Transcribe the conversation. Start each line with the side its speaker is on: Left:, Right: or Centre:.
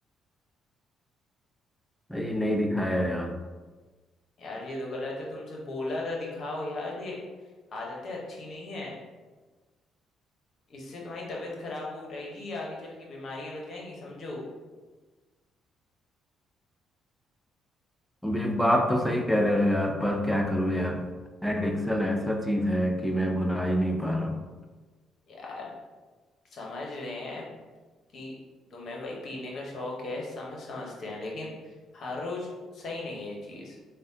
Centre: भाई नहीं दिखाया यार
Left: यार ये तो गलत है तुमसे बोला था दिखाओ यार ये आदतें अच्छी नहीं है इससे तुम्हारी तबीयत खराब हो रहेगी आगे चल के बीमारियां लग जाएंगी समझो
Centre: अब ये बात तो सही कह रहे हो यार पर क्या करूँ यार एडिक्शन ऐसा चीज है कि मैं भुला ही नहीं पा रहा हूँ
Left: यार समझ रहे हैं कि तुम्हें भाई पीने का शौक है समझ समझते हैं लेकिन हर रोज सही नहीं है ये चीज